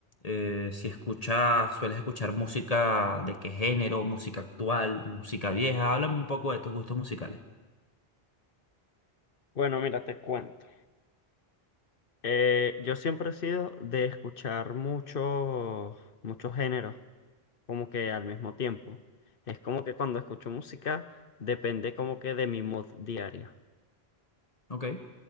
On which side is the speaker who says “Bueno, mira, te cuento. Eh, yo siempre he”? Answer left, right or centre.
Left